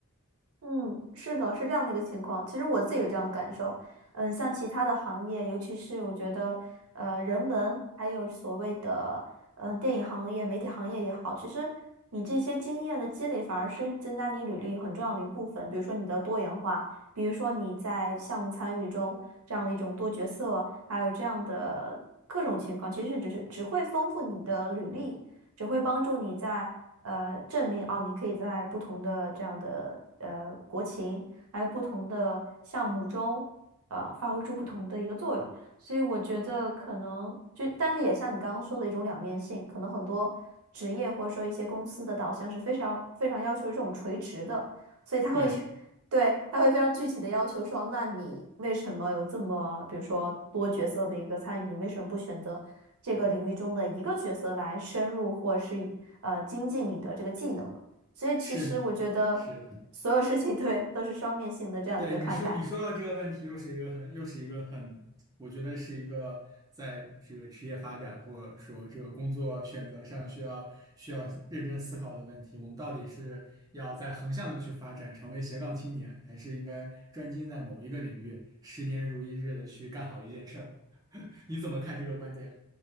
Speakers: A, on the right; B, on the right.
A: 嗯，是的，是这样的一个情况。其实我自己有这样的感受，嗯、像其他的行业，尤其是我觉得，呃，人文还有所谓的，嗯、电影行业、媒体行业也好，其实你这些经验的积累反而是增加你履历很重要的一部分。比如说你的多元化，比如说你在项目参与中这样的一种多角色，还有这样的各种情况，其实只是只会丰富你的履历。只会帮助你在呃证明哦，你可以在不同的这样的呃国情，还有不同的项目中，呃，发挥出不同的一个作用。所以我觉得可能就，但是也像你刚刚说的一种两面性，可能很多职业或者说一些公司的导向是非常非常要求这种垂直的，所以他会去。
B: 对，
A: <laughs> 对，他会非常具体的要求说，那你为什么有这么，比如说多角色的一个参与？你为什么不选择？这个领域中的一个角色来深入或是呃精进你的这个技能嘛。所以其实我觉得
B: 是是的。
A: 所有事情 <laughs> 对都是双面性的这样的一个看待。
B: 对你说，你说到这个问题，又是一个很，又是一个很，我觉得是一个在这个职业发展或者说这个工作选择上需要需要认真思考的问题。我们到底是要在横向的去发展，成为斜杠青年，还是应该专精在某一个领域，十年如一日的去干好一件事儿？<laughs> 你怎么看这个观点？